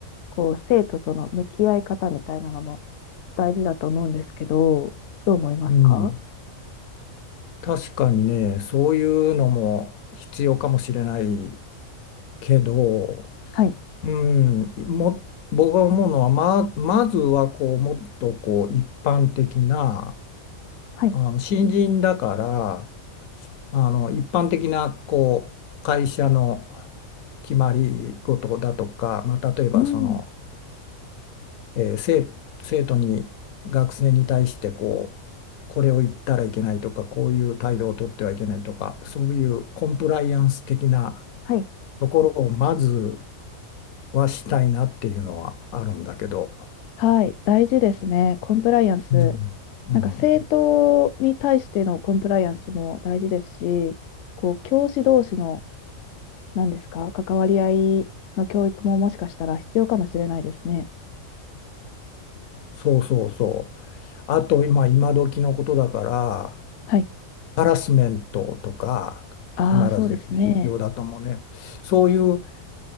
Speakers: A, on the left; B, on the left.
A: こう生徒との向き合い方みたいなのも大事だと思うんですけど、どう思いますか
B: うん。確かにね、そういうのも必要かもしれないけど、
A: はい。
B: うん。も、僕が思うのは、ま、まずは、こう、もっと、こう、一般的な、
A: はい。
B: あの、新人だから、あの、一般的な、こう、会社の決まり事だとか、まあ、例えば、
A: うん。
B: その、えー生、生徒に学生に対してこうこれを言ったらいけないとかこういう態度をとってはいけないとかそういうコンプライアンス的な
A: はい。
B: ところをまずはしたいなっていうのはあるんだけど、
A: はい、大事ですね。コンプライアンス。
B: うん。うん、
A: なんか政党に対してのコンプライアンスも大事ですし、こう教師同士の何ですか、関わり合いの教育ももしかしたら必要かもしれないですね。
B: そうそうそうあと今今時のことだから
A: はい。
B: ハラスメントとか必ず必要だと思うねそういう
A: ああ、そうですね。